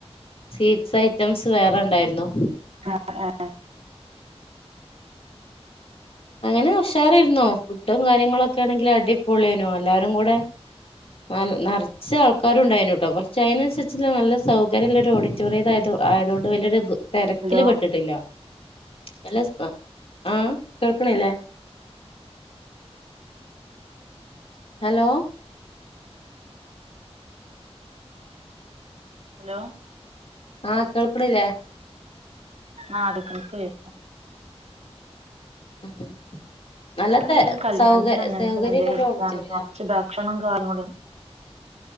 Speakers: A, on the left; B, on the right.
A: സ്വീറ്റ്സ് ഐറ്റംസ് വേറെ ഉണ്ടായിരുന്നു
B: ആഹ് ആ
A: അങ്ങനെ ഉഷാറായിരുന്നു ഫുഡും കാര്യങ്ങളൊക്കെ ആണെങ്കിൽ അടിപൊളിയെന്നു എല്ലാവാരും കൂടെ ആ നിറച്ച് ആൾക്കാരും ഉണ്ടായിനുട്ടോ പക്ഷെ അതിനനുസരിച്ചുള്ള നല്ല സൗകര്യമുള്ള ഓടി റ്റോറിയ്യതായത് ആയതൊണ്ട് വലൊരു ഇത് തിരക്കില്
B: ഹലോ
A: പെട്ടിട്ടില്ല നല്ല ആ കേൾക്ക്ണ്ല്ലേ ഹലോ
B: ഹലോ
A: ആഹ് കേൾക്ക്ണ്ല്ലേ
B: ആഹ് കേൾക്കുണ്ട്
A: ഉം ഉം നല്ല
B: ഇപ്പ
A: തെ
B: ഏതായാലും കല്യാണത്തിന്
A: സൗക
B: അങ്ങനെ
A: സൗകര്യള്ളൊരു
B: തന്നെല്ലേ ഇതാണ്
A: ഓഡിറ്റോറിയാ
B: നറച്ച് ഭക്ഷണം കാര്യങ്ങളും